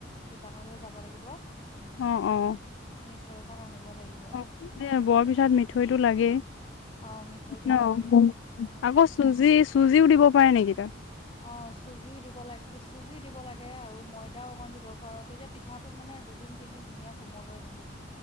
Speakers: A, on the left (about 30°); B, on the left (about 75°).
A: দোকানলৈ যাব লাগিব।
B: অঁ-অঁ।
A: দৈকণ আনিব লাগিব।
B: এ বৰপিঠাত মিঠৈটো লাগেই
A: অ', মিঠৈটো
B: ন
A: লাগে অ'।
B: আকৌ চুজি কি চুজিও দিব পাৰে নেকি তাত?
A: অ চুজি দিব লাগে, চুজি দিব লাগে। এইয়াই আৰু ময়দাও অকণ দিব পাৰো তেতিয়া পিঠাটো মানে দুদিন তিনিদিন ধুনীয়া কোমল হৈ থাকে।